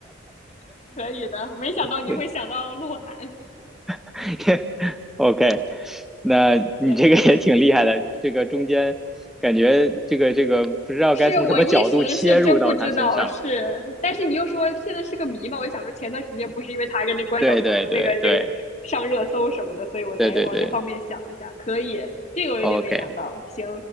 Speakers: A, on the left; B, in the centre.
A: <laughs> 可以的。没想到你会想到鹿晗，
B: 对 <laughs>，OK，那你这个也挺厉害的，
A: 行，
B: 这个中间感觉这个这个不知道该从什么角度切入到他身上。
A: 是我一时是真不知道，是，但是你又说现在是个谜嘛，我就想说前段时间不是因为他跟那关晓彤的那个就是上热搜什么的，
B: 对对对对
A: 所以我才往这方面想一下。
B: 对对对
A: 可以，这个我有点没想到。
B: ，OK，
A: 行，